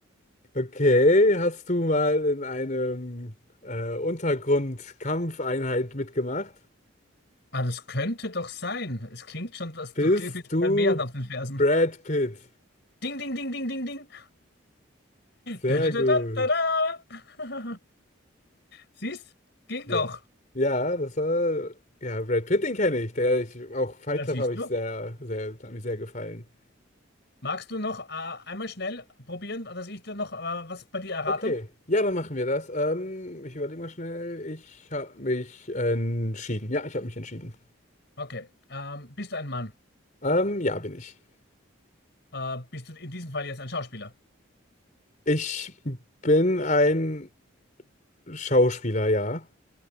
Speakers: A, on the left (about 40°); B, on the left (about 55°).
A: Okay, hast du mal in einem äh, Untergrundkampfeinheit mitgemacht?
B: Ah, das könnte doch sein. Es klingt schon, dass
A: Bist
B: du kli- bist
A: du
B: beim Meer auf den Fersen.
A: Brad Pitt?
B: Ding, ding, ding, ding, ding, ding.
A: Sehr
B: Da, da,
A: gut.
B: da, da, da, da. <laughs> Siehst? Ging
A: Ja,
B: doch.
A: ja, das war ja Brad Pitt, den kenne ich. Der ich auch Fight
B: Na,
A: Club
B: siehst
A: habe ich
B: du.
A: sehr, sehr, hat mir sehr gefallen.
B: Magst du noch äh, einmal schnell probieren, dass ich dir noch äh, was bei dir errate?
A: Okay, ja, dann machen wir das. Ähm, ich überlege mal schnell. Ich habe mich entschieden. Ja, ich habe mich entschieden.
B: Okay. Ähm, bist du ein Mann?
A: Ähm, ja, bin ich.
B: Äh, bist du in diesem Fall jetzt ein Schauspieler?
A: Ich bin ein Schauspieler, ja.